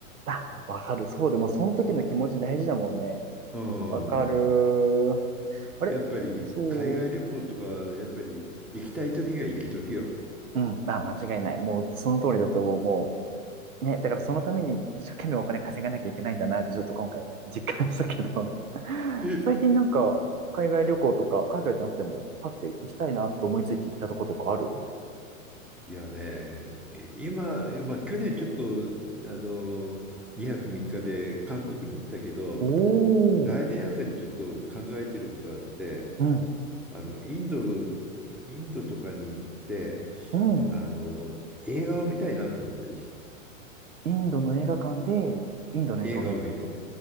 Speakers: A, on the right; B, in the centre.
A: あ、わかる。そうでも、その時の気持ち大事だもんね。
B: うん。
A: わかる。あれそ
B: やっぱり、海外旅行とかは、やっぱり、行きたい時が行き時よ。
A: う。うん。あ、間違いない。もう、その通りだと思う。もう、ね、だからそのために一生懸命お金稼がなきゃいけないんだなってちょっと今回実感したけど <laughs>
B: <laughs>
A: 最近なんか海外旅行とか海外じゃなくてもパッて行きたいなって思いついて行ったとことかある
B: いやね、今、まあ、去年ちょっと、あの、2泊3日で韓国に行ったけど、
A: おおー、
B: 来年あたりちょっと考えていることがあって、
A: うん、
B: あの、インドの、インドとかに行って、
A: うん。
B: あの、映画を見たいなと思ったりし、
A: インドの映画館でインドの映画を見るってこと
B: 映画を見る。